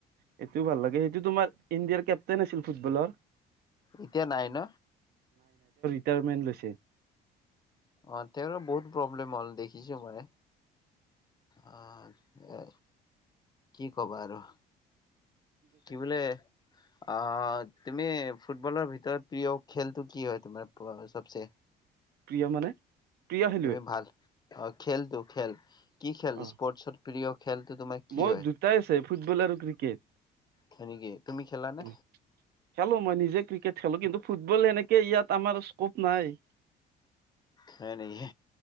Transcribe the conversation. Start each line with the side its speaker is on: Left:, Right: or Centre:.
Right: সেইটোও ভাল লাগে, সেইটো তোমাৰ ইণ্ডিয়াৰ কেপটেইন আছিল ফুটবলৰ
Left: এতিয়া নাই ন।
Right: ৰিটায়াৰমেণ্ট লৈছে।
Left: অ তেওঁৰো বহুত প্ৰব্লেম হ'ল দেখিছো মই। অ। অ। কি কবা আৰু, কি বোলে, আহ তুমি ফুটবলৰ ভিতৰত প্ৰিয় খেলটো কি হয় তোমাৰ চবচে?
Right: প্ৰিয় মানে প্ৰিয় খেলুৱৈ
Left: তুমি ভাল অ খেল তো খেল। কি খেল
Right: অ'
Left: স্পৰ্টছৰ? প্ৰিয় খেলটো তোমাৰ কি
Right: মোৰ
Left: হয়
Right: দুটাই আছে ফুটবল আৰু ক্ৰিকেট।
Left: হয় নেকি তুমি খেলানে
Right: খেলো, মই নিজে ক্ৰিকেট খেলো কিন্তু ফুটবল এনেকে ইয়াত আমাৰ স্কোপ নাই।
Left: হয় নেকি।